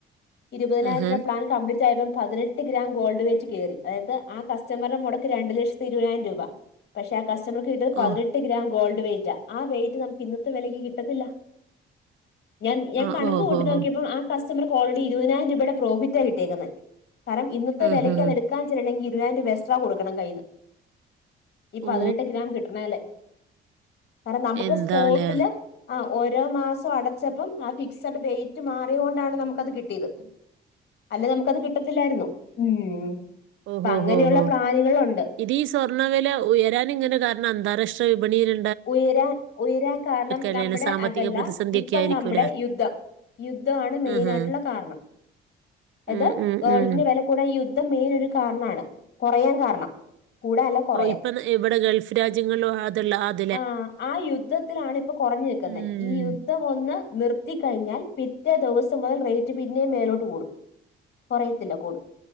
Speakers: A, on the left; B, on the right.
A: ഇര്പതിനായിരംരൂപാ
B: ആഹാ.
A: പ്ലാൻ കപ്ലീ റ്റായപ്പം പതിനെട്ട് ഗ്രാം ഗോൾഡ് വേറ്റ് കേറി അതായത് ആ കസ്റ്റമറ്ടെ മൊടക്ക് രണ്ട്ലക്ഷത്തി ഇര്പതിനായിരം രൂപാ പഷേ ആ കസ്റ്റമർക്ക് കിട്ടത് പതിനെട്ട്
B: ഓ.
A: ഗ്രാം ഗോൾഡ് വെയിറ്റാ ആ വെയിറ്റ് നമ്ക്ക് ഇന്നത്തെ വെലക്ക് കിട്ടത്തില്ല. ഞാൻ ഞാൻ
B: ആഹ്
A: കണക്ക്
B: ഓഹോ
A: കൂട്ടി നോക്കിയപ്പം
B: ഹോ
A: ആ കസ്റ്റമർക്ക് ഓൾറെഡി ഇര്പതിനായിരം രൂപേടെ പ്രോഫിറ്റാ കിട്ടിയെക്കുന്നെ കാരം ഇന്നത്തെ
B: ഉം
A: വെലക്ക്
B: ഹ് ഹ്
A: അതെട്ക്കാൻ ചെല്ലണെങ്കി ഇര്പതിനായിരം എസ്ട്രാ കൊടുക്കണം കൈന്ന് ഈ പതിനെട്ട്
B: ഓ
A: ഗ്രാം കിട്ടണല്ലേ കാരണം നമുക്ക്
B: എന്താലേ
A: സ്പോട്ടില് ആ ഓരോ മാസം അടച്ചപ്പം ആ ഫിക്സഡ് ഡേറ്റ് മാറി കൊണ്ടാണ് നമുക്ക്ത് കിട്ടിയത് അല്ല നമുക്കത് കിട്ടത്തില്ലായിരുന്നു ഉം
B: ഉം
A: അപ്പൊ
B: ഉം
A: അങ്ങനെയുള്ള
B: ഉം ഉം
A: പ്ലാനുകളുണ്ട്
B: ഇത് ഈ സ്വർണ്ണവില ഉയരാൻ ഇങ്ങനെ കാരണം അന്താരാഷ്ട്ര വിപണിയില
A: ഉയരാൻ ഉയരാൻ കാരണം
B: അല്ലേനെ
A: നമ്മുടെ
B: സാമ്പത്തിക
A: അതല്ല
B: പ്രതിസന്ധിയൊക്കെ
A: ഇപ്പം
B: ആയിരിക്കൂലേ
A: നമ്മുടെ യുദ്ധം യുദ്ധാണ് മെയ്നയിട്ടുള്ള
B: ഉം ഹ്
A: കാരണം അത്
B: ഉം ഉം
A: ഗേൾഡിന്റെ
B: ഉം
A: വില കൂടെ യുദ്ധം മെയിൻ ഒരു കാര്ണാണ്. കൊറയാൻ കാരണം. കൂടാല്ല കുറയാൻ
B: ഓഹ് ഇപ്പം ഇവിടെ ഗൾഫ് രാജ്യങ്ങൾ ളോ അതല്ലാന്ന്.
A: ആഹ് ആ യുദ്ധത്തിലാണ് ഇപ്പൊ കൊറഞ്ഞു നിൽക്കുന്നെ.
B: ഉം
A: ഈ യുദ്ധം ഒന്ന് നിർത്തി കഴിഞ്ഞാൽ പിറ്റേ ദിവ്സം മുതൽ റേറ്റ് പിന്നേം മേലോട്ട് കൂടും. കുറയത്തില്ല കൂടും.